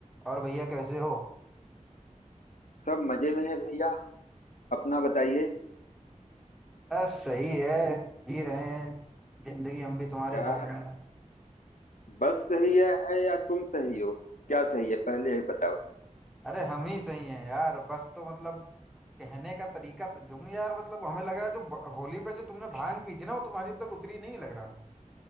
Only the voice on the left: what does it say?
सब मजे में है भैया अपना बताइए
यार
बस सही है, है या तुम सही हो क्या सही है पहले ये बताओ